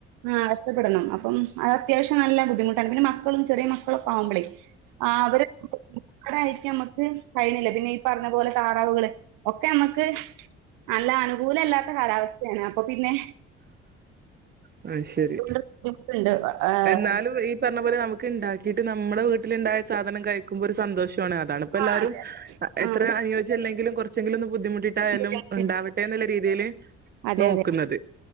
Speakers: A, on the right; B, on the right.
A: ആഹ് കഷ്ടപ്പെടണം അപ്പം അത് അത്യാവശ്യം നല്ല ബുദ്ധിമുട്ടാണ് പിന്നെ മക്കളും ചെറിയ മക്കളൊക്കെ ആവുമ്പളേ ആഹ് അവര് ആടായിട്ട് ഞമ്മക്ക് കഴിയണില്ല പിന്നെ ഈ പറഞ്ഞ പോലെ താറാവുകള് ഒക്കെ ഞമ്മക്ക് അല്ല അനുകൂലല്ലാത്ത കാലാവസ്ഥയാണ് അപ്പൊ പിന്നെ
B: അത് ശെരി
A: അതുകൊണ്ട് ബുദ്ധിമുട്ടുണ്ട് ആഹ്
B: എന്നാലും ഈ പറഞ്ഞ പോലെ നമ്മക്കിണ്ടാക്ക്‌ ക്കീട്ട് നമ്മടെ വീട്ടില്ണ്ടായ സാധനം കഴിക്കുമ്പോ ഒരു സന്തോഷാണ് അതാണ് ഇപ്പ എല്ലാരും
A: ആഹ് അതെ അതെ
B: എത്ര
A: ആഹ്
B: അനുയോജ്യല്ലെങ്കിലും കൊറച്ചെങ്കിലും ഒന്ന് ബുദ്ധിമുട്ടിട്ടായാലും
A: ബുദ്ധിമുട്ടുണ്ട്
B: ഉണ്ടാവട്ടെ ട്ടെന്ന്ള്ള രീതിയില്
A: അതെ
B: നോക്കുന്നത്
A: അതെ